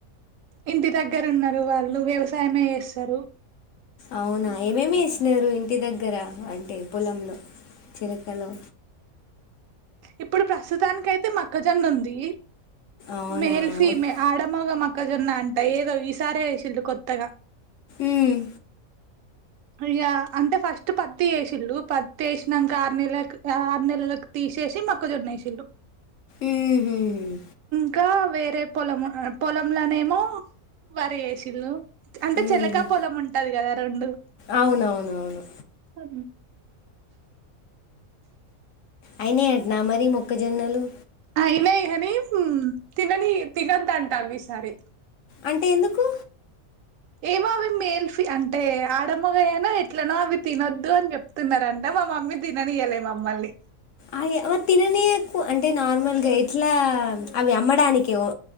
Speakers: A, on the right; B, on the left.
A: ఇంటి దగ్గర ఉన్నారు వాళ్ళు వ్యవసాయమే ఏస్తరు.
B: అవునా ఏమేమి ఏసినారు ఇంటి దగ్గర అంటే పొలంలో చిలకలో
A: ఇప్పుడు ప్రస్తుతానికి అయితే మక్కజొన్న ఉంది.
B: అవునా
A: మెల్ఫీ
B: వచ్-
A: మే ఆడ మగ మ ఒక్కజొన్న అంట ఏదో ఈసారే ఏసిల్లు కొత్తగా
B: ఉమ్
A: ఇగ అంటే ఫస్ట్ పత్తి ఏసిళ్ళు పత్తి ఏసినంక ఆరు నెలకి ఆరు నెలలకి తీస్ తీసి మొక్కజొన్న ఏసిల్లు
B: ఉహుమ్
A: ఇంకా వేరే పొలం పొలంలోనేమో వరీ ఏసిళ్ళు అంటే
B: మ్మ్హ్మ్.
A: చేలకా పొలం ఉంటది కదా రెండు
B: అవునవునవును
A: ఆ
B: అయినాయాట్నా మరి మొక్కజొన్నలు
A: అయిన కానీమ్ తినని తినంద్ అంటా అవి ఈసారి
B: అంటే ఎందుకు?
A: ఏమో అవి మేల్ ఫీ అంటే ఆడ మోగయనో ఎట్లనో అవి తినొద్దు అని చెప్తున్నారంట మా మామ్ మ్మిడతిననియలే మమ్మల్ని
B: అయ్ తిననీకు అంటే నార్మల్గా ఎట్లా అవి అమ్మడానికి ఏమో